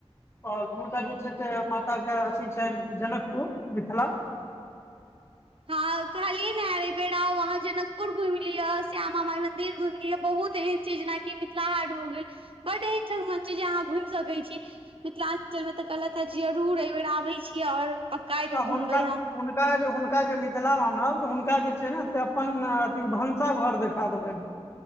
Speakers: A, on the left; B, on the right.
A: आओर हुनका जे छै। से माता के अथी छनि। जनकपुर मिथिला
B: हँ कहलियै ने हर बेेरा वहाँ जनकपुर घुमि लिअ, श्यामा माई मंदिर घुम लिअ। बहुत एहन जेनाक मिथिला हाट भऽ गेल बड एहनठ मं छै जे अहाँ घुमि सकैत छी। मिथिलाञ्चलमे तऽ कहलैत है जरूर एहिबेर आबैत छी आओर पक्का एहि
A: त
B: बेर घुमबै
A: हुनका
B: हम
A: हुनका जे हुनका जे मिथिला आनब तऽ हुनका जे छै नऽ से अपन अथी भनसा घर देखा देबय।